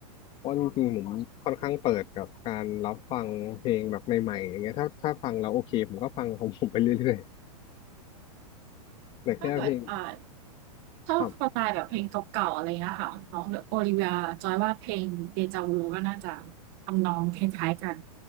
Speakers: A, on the left (about 30°); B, on the right (about 40°).
A: เพราะจริงๆผมค่อนข้างเปิดกับการรับฟังเพลงแบบใหม่ๆอย่างเงี้ยถ้าถ้าฟังแล้วโอเคผมก็ฟังของผมไปเรื่อยๆแต่แค่เพลง
B: ถ้าเกิดอ่าชอบสไตล์แบบเพลงเก่าๆอะไรเงี้ยค่ะน้องโอลิเวียจอยว่าเพลงเดจาวูก็น่าจะ
A: ครับ
B: ทำนองคล้ายๆกัน